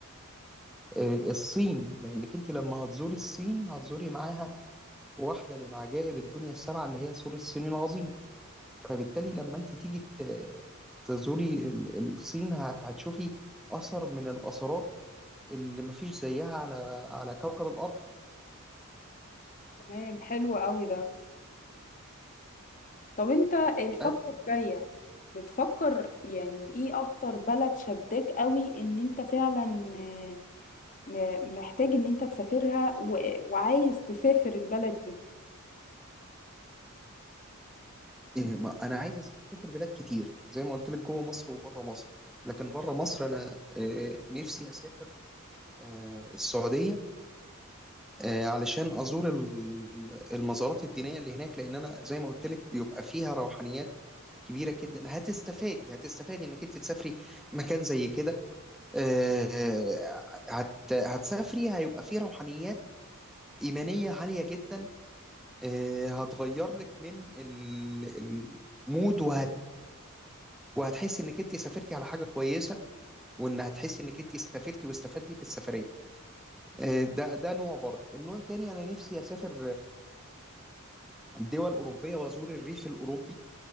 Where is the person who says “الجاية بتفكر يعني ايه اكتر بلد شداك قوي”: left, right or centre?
Left